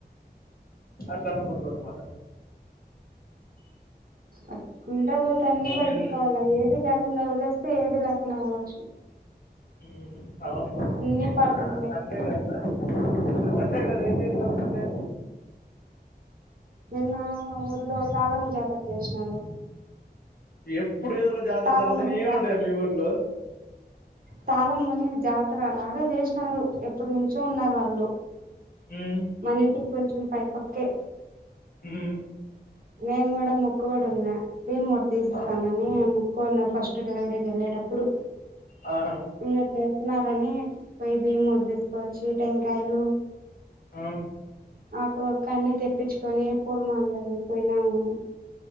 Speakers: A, on the left; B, on the right.
A: అట్ల అనుకుంట్ర అన్నమాట
B: అ కుంట పోతే అన్ని పట్టించుకోవాల
A: నిన్న
B: ఏది లేకుండా వదిలేస్తే ఏది లేకుడా పోవచ్చు
A: మ్ అవును
B: అన్ని
A: నిన్న
B: పాటింపులే
A: సండే గద నిన్న సండే కద ఏం చేసావ్ సండే
B: నిన్న ఊర్లో తాళమ్మ జాతర చేసినారు
A: ఎప్పుడు ఏదో ఒక జాతర
B: తాళమ్మ
A: జరుగుతానే
B: అని
A: ఉంటాయ మీ ఊర్లో
B: తాళమ్మని జాతర లాగ చేసినారు ఎప్పునుంచో ఉన్నారు వాళ్ళు
A: మ్మ్
B: మన ఇంటికి కొంచెం పైపక్కే
A: ఉమ్
B: నేను కూడా మొక్కుబడి ఉన్నా భీముడు తీసి ఇస్తానని
A: ఆ,
B: ఏ మొక్కొన్న ఫస్ట్ డెలివరీకి ఎళ్ళేటప్పుడు
A: ఆ
B: నిన్న చేస్తున్నారని పోయి బియ్యం మూట తీసుకువచ్చి టెంకాయలు
A: ఆ
B: ఆకు వక్క అన్ని తెప్పించుకొని పూలమాలయ్యి పోయినాము